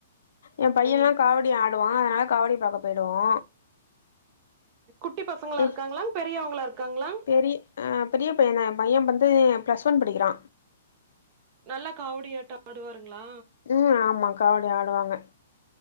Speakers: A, on the left; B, on the right.
A: எ பையலா
B: ஓ
A: காவடி ஆடுவா அதனால காவடி பாக்க போயிடுவோ
B: குட்டி பசங்களா
A: ஏ
B: இருக்காங்ளா பெரியவங்களா இருக்காங்ளா
A: பெரிய அ பெரிய பையந்தா எ பைய வந்து பிளஸ் ஒன் படிக்கிறா
B: நல்லா காவடி ஆட்ட ஆடுவாருங்ளா
A: ம் ஆமா காவடி ஆடுவாங்க